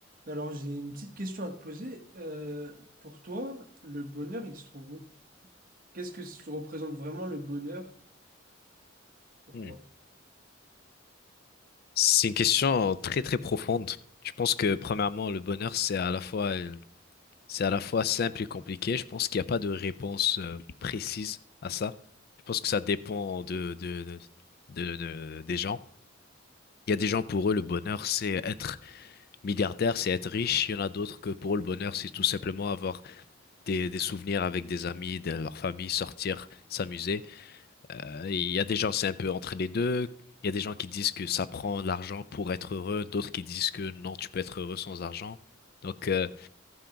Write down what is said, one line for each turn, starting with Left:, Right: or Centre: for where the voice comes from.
Right: Alors, j'ai une petite question à te poser. Euh, pour toi, le bonheur, il se trouve où? Qu'est-ce que se représente vraiment le bonheur pour
Left: Hmm.
Right: toi?
Left: C'est une question très très profonde. Je pense que premièrement, le bonheur, c'est à la fois, c'est à la fois simple et compliqué. Je pense qu'il n'y a pas de réponse euh, précise à ça. Je pense que ça dépend de, de, de, de- de- des gens. Il y a des gens pour eux, le bonheur, c'est être milliardaire, c'est être riche. Il y en a d'autres que pour eux, le bonheur, c'est tout simplement avoir des, des souvenirs avec des amis, de leur famille, sortir, s'amuser. Il y a des gens, c'est un peu entre les deux. Il y a des gens qui disent que ça prend de l'argent pour être heureux, d'autres qui disent que non, tu peux être heureux sans argent. Donc, euh,